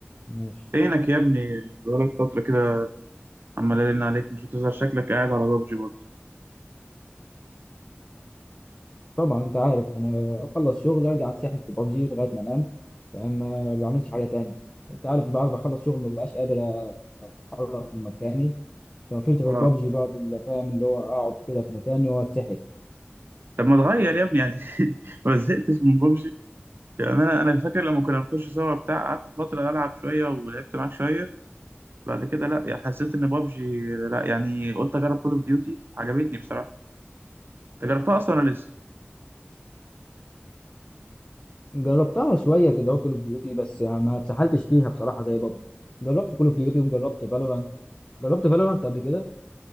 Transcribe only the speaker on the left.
ماشي
طبعا انت عارف انا اخلص شغل ارجع اتسحل في بابجي لغايه ما انام فاهم ما بعملش حاجه تانية وانت عارف بعد ما اخلص شغل ما ببقاش قادر اتحرك من مكاني فما فيش غير
بابجي بعد اللي فاهم اللي هو اقعد كده في مكاني واتسحل
جربتها شويه كده كول اوف ديوتي بس ما اتسحلتش فيها بصراحه زي بابجي جربت كول اوف ديوتي وجربت فالورانت جربت فالورانت قبل كده